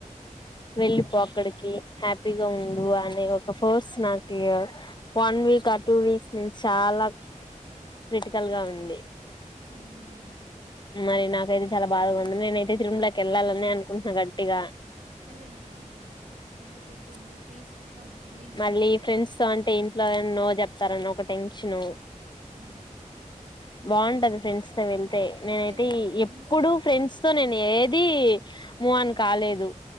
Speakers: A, on the left; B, on the right.
A: వెళ్ళిపో అక్కడికి హ్యాపీగా ఉండు అని ఒక ఫస్ట్ నాకు వన్ వీక్ ఇంకా టూ వీక్స్ నుంచి చాలా క్రిటికల్ గా ఉంది
B: ఉమ్.
A: మరి నాకైతే చాలా బాగా ఉంది నేనైతే తిరుమలకి వెళ్ళాలని అనుకుంటున్నా గట్టిగా
B: వెళ్ళండి వెళ్ళండి వెళ్ళండి ఖచ్చితంగా కొంచెం పీస్ఫుల్ ఉంటుంది మైండ్
A: మళ్ళీ
B: కూడా
A: ఫ్రెండ్స్ తో అంటే ఇంట్లో నో చెప్తారన్న ఒక టెన్షన్
B: ఉ
A: బాగుంటది ఫ్రెండ్స్ తో వెళ్తే నేనైతే
B: లేదు ఫ్రెండ్స్తో
A: ఎప్పుడు ఫ్రెండ్స్ తో నేను ఏది మూ్ అన్ కాలేదు